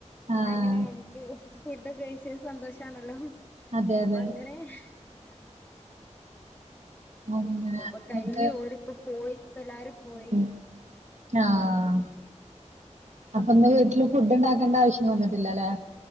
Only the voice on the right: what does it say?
ആഹ്
അതെ
അതെ
അങ്ങനെ
എന്നിട്ട്
ഉം ആഹ് അപ്പൊ ന്ന് വീട്ടില് ഫുഡ് ണ്ടാക്കേണ്ട ആവശ്യം വന്നിട്ടില്ലല്ലേ